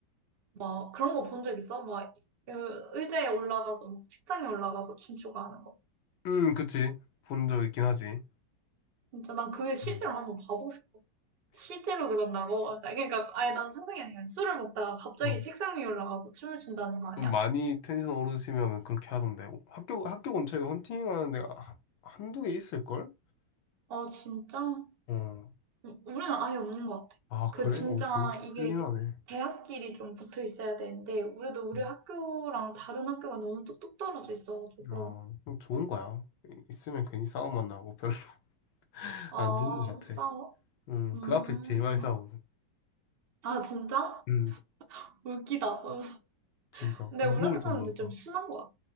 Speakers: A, on the right; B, on the left.
A: 막 그런 거 본 적 있어? 막 그 의자에 올라가서 막 책상에 올라가서 춤추고 하는 거.
B: 음, 그치. 본 적 있긴 하지.
A: 진짜 난 그게 실제로
B: 음,
A: 한번 봐보고 싶어. 실제로 그런다고? 아, 그러니까 아예 난 상상이 안 돼. 술을 먹다가 갑자기
B: 음.
A: 책상 위에 올라가서 춤을 춘다는 거 아니야?
B: 좀 많이 텐션 오르시면 그렇게 하던데 학교 학교 근처에도 헌팅하는 데가 한두 개 있을걸?
A: 아, 진짜?
B: 어.
A: 우- 우리는 아예 없는 것 같아.
B: 아,
A: 그
B: 그래?
A: 진짜
B: 어, 되게
A: 이게
B: 클린하네.
A: 대학끼리 좀 붙어 있어야 되는데 우리도 우리
B: 음.
A: 학교랑 다른 학교가 너무 뚝뚝 떨어져 있어가지고
B: 아, 그럼 좋은 거야. 이- 있으면 괜히 싸움만 나고 별로 <laughs>
A: 아,
B: 안 좋은 거 같아.
A: 싸워?
B: 음,
A: 음.
B: 그 앞에서 제일 많이 싸우거든.
A: 아, 진짜?
B: 음,
A: 웃기다. 어.
B: 진짜
A: 근데
B: 무서울
A: 우리학교사람들
B: 정도로 싸워.
A: 좀 순한 것 같아.